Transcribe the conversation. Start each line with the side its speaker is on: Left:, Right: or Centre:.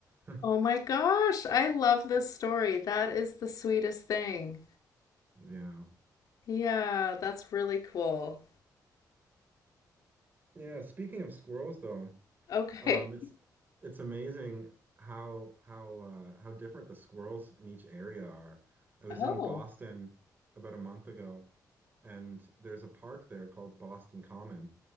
Right: <laughs>
Left: Oh my gosh, I love this story. That is the sweetest thing.
Right: Yeah.
Left: Yeah, that's really cool.
Right: Yeah, speaking of squirrels though,
Left: Okay.
Right: Um, it's it's amazing how how uh, how different the squirrels in each area are. I was
Left: Oh,
Right: in Boston about a month ago, and there's a park there called Boston Common,